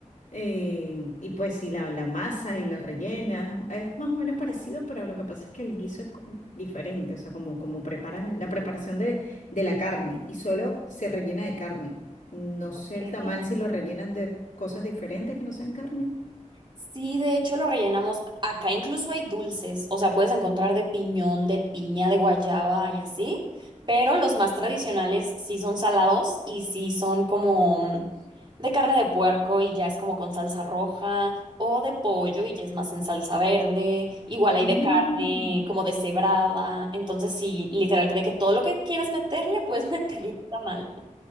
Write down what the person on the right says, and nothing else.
ok.
Sí, de hecho lo rellenamos. Acá incluso hay dulces, o sea, puedes encontrar de piñón, de piña, de guayaba y así, pero los más tradicionales sí son salados y sí son como mm, de carne de puerco y ya es como con salsa roja o de pollo y ya es más en salsa verde. Igual hay
de carne como deshebrada, entonces sí, literal, de que todo lo que quieras meterle, puedes <laughs> meterle está mal.